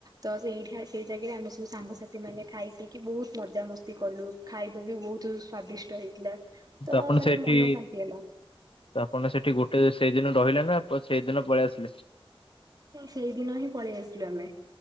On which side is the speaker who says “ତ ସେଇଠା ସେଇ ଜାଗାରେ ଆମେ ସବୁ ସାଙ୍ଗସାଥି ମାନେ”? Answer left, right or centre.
Right